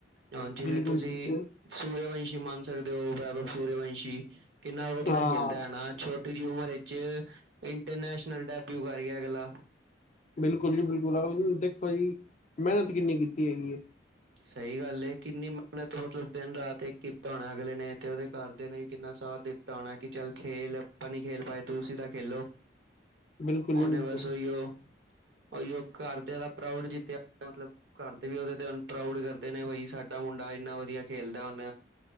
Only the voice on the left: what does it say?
ਬਿਲਕੁਲ
ਹਾਂ।
ਬਿਲਕੁੱਲ ਜੀ ਬਿਲਕੁੱਲ। ਅਗਲੇ ਨੇ ਦੇਖੋ ਜੀ, ਮਿਹਨਤ ਕਿੰਨੀ ਕੀਤੀ ਹੈਗੀ ਏ।
ਬਿਲਕੁਲ ਜੀ
ਬਿਲਕੁਲ।